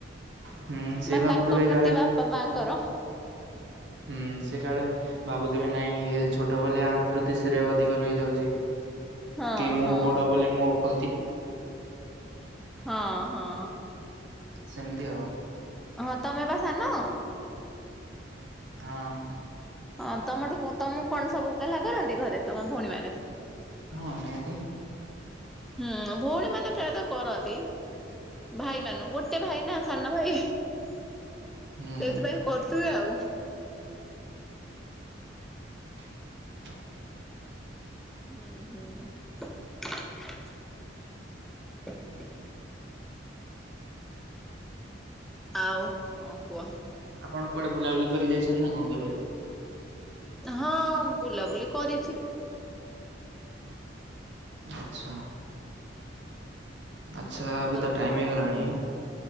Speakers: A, on the right; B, in the centre.
A: ହୁଁ ସେ
B: ମାନେ
A: ଭାବୁଥିବେ
B: ତାଙ୍କ ପ୍ରତି
A: କାଳେ
B: ବାପା ମାଙ୍କର।
A: ହୁଁ ସେ କାଳେ ଭାବୁଥିବେ ନାଇଁ ଇଏ ଛୋଟ ବୋଲି ଆ ପ୍ରତିଶରେ ଅଧିକ ରହିଯାଉଛି।
B: ହଁ
A: କି ମୁଁ
B: ହଁ
A: ବଡ ବୋଲି ମୋ ପ୍ର
B: ହଁ ହଁ
A: ସେମିତି ଆଉ
B: ହଁ ତମେ ପା ସାନ
A: ହଁ
B: ହଁ ତମଠୁ ତମକୁ କଣ ସବୁ ଗେଲ୍ଲା କରନ୍ତି ଘରେ ତମ ଭଉଣୀ ମାନେ
A: ହଁ ନିହାତି
B: ହୁଁ ଭଉଣୀ ମାନେ ପ୍ରାୟତ କରନ୍ତି। ଭାଇ ମାନ ଗୋଟେ ଭାଇ ନା ସାନ ଭାଇ ସେଥିପାଇଁ
A: ହୁଁ
B: କରୁଥିବେ ଆଉ
A: <inaudible>
B: ହୁଁ ହୁଁ ଆଉ କଣ କୁହ।
A: ଆପଣ କୁଆଡେ ବୁଲାବୁଲି କରି ଯାଇଛନ୍ତି ନା କଣ କେବେ?
B: ହଁ ବୁଲାବୁଲି କରିଛି।
A: ଆଚ୍ଛା। ଆଚ୍ଛା ଏବେ
B: ହଁ
A: ତ ଟାଇମ ହେଇଗଲାଣି